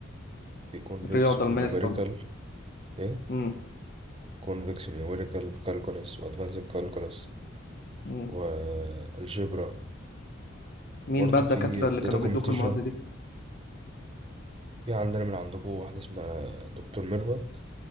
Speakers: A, on the right (about 30°); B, on the left (about 50°).
A: في كونفكس
B: الرياضة
A: وفي
B: الماس
A: نيوميريكال
B: طبعا
A: ايه؟
B: امم
A: convection numerical calculus وادفانسد calculus
B: امم
A: والجبرا
B: مين
A: وبرضه
B: بقى الدكاترة
A: في data
B: اللي كانوا بيدوك
A: computation
B: المواد دي؟
A: في عندنا من عندكم واحدة اسمها دكتور ميرفت